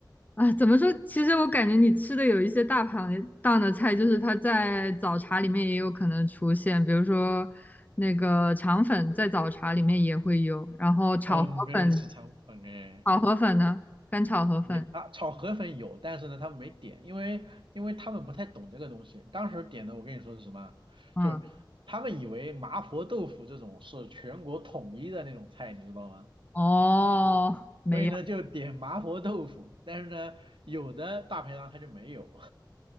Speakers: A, on the left; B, on the right.
A: 啊，怎么说？其实我感觉你吃的有一些大排档的菜，就是它在早茶里面也有可能出现，比如说那个肠粉在早茶里面也会有，然后炒河粉，
B: 嗯，没有吃肠粉哎，
A: 炒河粉呢，干炒河粉，
B: 也啊，炒河粉有，但是呢，他们没点，因为因为他们不太懂这个东西。当时点的，我跟你说是什么？
A: 嗯，
B: 就是他们以为麻婆豆腐这种是全国统一的那种菜，你知道吗？
A: 哦，没有，
B: 所以呢，就点麻婆豆腐，但是呢，有的大排档它就没有。